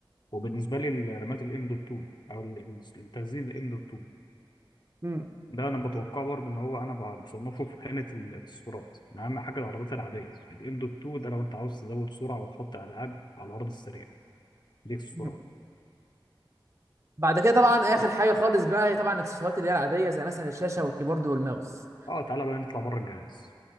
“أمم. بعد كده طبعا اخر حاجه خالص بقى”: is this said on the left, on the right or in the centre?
Right